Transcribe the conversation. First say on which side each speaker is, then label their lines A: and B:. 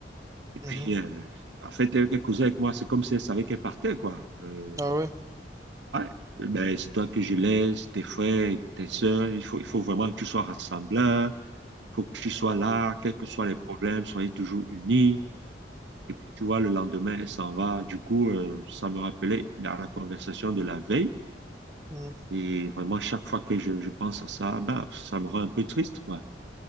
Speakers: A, on the right; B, on the right.
A: Et puis,
B: mhm.
A: euh, en fait, elle causait avec moi, c'est comme si elle savait qu'elle partait, quoi. Euh,
B: Ah ouais.
A: ouais, ben, c'est toi que je laisse, tes frères, tes soeurs. Il faut, il faut vraiment que tu sois rassembleur. Il faut que tu sois là, quels que soient les problèmes, soyez toujours unis. Et puis, tu vois, le lendemain, elle s'en va. Du coup, euh, ça me rappelait la, la conversation de la veille.
B: mm.
A: Et vraiment, chaque fois que je, je pense à ça, ben, ça me rend un peu triste, quoi.